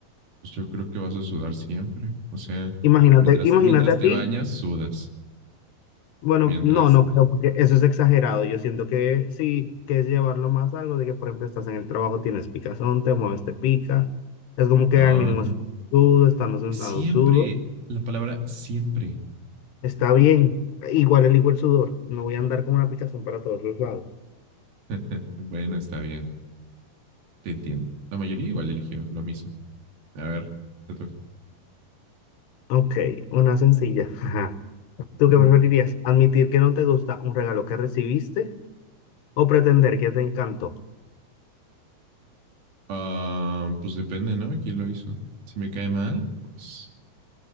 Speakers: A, on the right; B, on the left.
A: Pues yo creo que vas a sudar siempre. O sea,
B: Imagínate,
A: mientras,
B: imagínate
A: mientras
B: a
A: te
B: ti,
A: bañas, sudas.
B: bueno,
A: Mientras.
B: no, no creo,
A: <laughs>
B: porque eso es exagerado. Yo siento que sí, que es llevarlo más a algo de que, por ejemplo, estás en el trabajo, tienes picazón, te mueves, te pica. Es como que
A: No,
B: al mínimo
A: no.
B: es sudo, estando sentado
A: Siempre.
B: sudo.
A: La palabra siempre.
B: Está bien. Igual elijo el sudor. No voy a andar con una picazón para todos los lados.
A: <laughs> Bueno, está bien. Te entiendo. La mayoría igual eligió lo mismo. A ver, te toca.
B: Ok, una sencilla. <laughs> Ajá. ¿Tú qué preferirías?
A: Mm.
B: ¿Admitir que no te gusta un regalo que recibiste o pretender que te encantó?
A: Ah, pues depende, ¿no? ¿Quién lo hizo? Si me cae mal, pues.